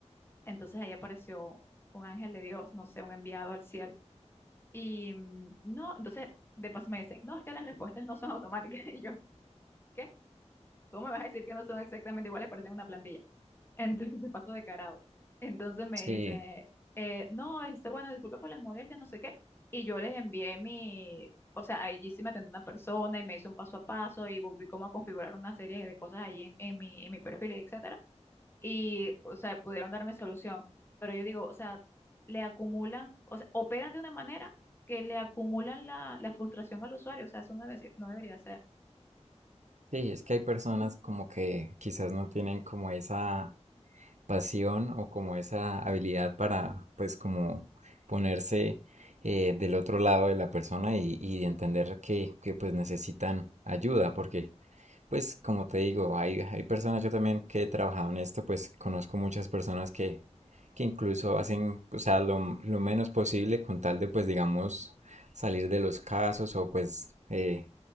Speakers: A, on the left (about 20°); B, on the right (about 80°).
A: entonces ahí apareció un ángel de Dios, no sé, un enviado al cielo. Y mm, no, entonces de paso me dicen, no, es que las respuestas no son automáticas. <laughs> Y yo, ¿qué? ¿Cómo me vas a decir que no son exactamente iguales? Parecen una plantilla. <laughs> Entonces de paso de carado. Entonces me
B: sí,
A: dice, eh, no, este, bueno, disculpa por las molestias, no sé qué. Y yo les envié mi, o sea, allí sí me atendió una persona y me hizo un paso a paso y volví como a configurar una serie de cosas ahí en, en mi, en mi perfil, etc y, o sea, pudieron darme solución. Pero yo digo, o sea, le acumulan, o sea, operan de una manera que le acumulan la, la frustración al usuario, o sea, eso no debe ser- no debería ser.
B: sí, es que hay personas como que quizás no tienen como esa pasión o como esa habilidad para pues como ponerse eh, del otro lado de la persona y, y entender que, que, pues necesitan ayuda porque pues como te digo, hay, hay personas yo también que he trabajado en esto pues conozco muchas personas que, que incluso hacen o sea lo, lo menos posible con tal de pues digamos salir de los casos o pues eh,